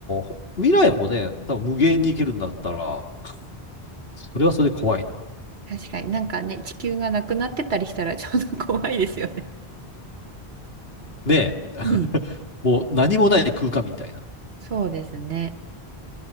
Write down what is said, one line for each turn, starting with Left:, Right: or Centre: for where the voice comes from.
Left: ー未来もね、多分無限に行けるんだったら、それはそれで怖いな。
Right: え。確かになんかね、地球がなくなってたりしたらちょうど怖いですよね。
Left: ねえ、
Right: うん
Left: <laughs> もう何もない空間みたいな。
Right: そうですね。